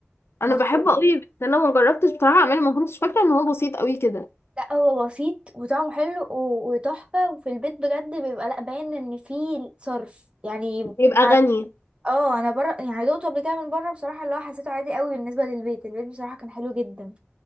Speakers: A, on the left; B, on the right.
A: انا
B: مطحون
A: بحبه قوي بس انا ما جربتش بصراحه اعمله ما كنتش فاكره ان هو بسيط قوي كده
B: لا هو بسيط وطعمه حلو و- وتحفة وفي البيت بجد بيبقى لا باين ان فيه صرف يعني
A: يبقى
B: ع-
A: غني
B: اه انا بره يعني دقته قبل كده من بره بصراحة اللي هو حسيته عادي قوي بالنسبة للبيت البيت بصراحة كان حلو جدا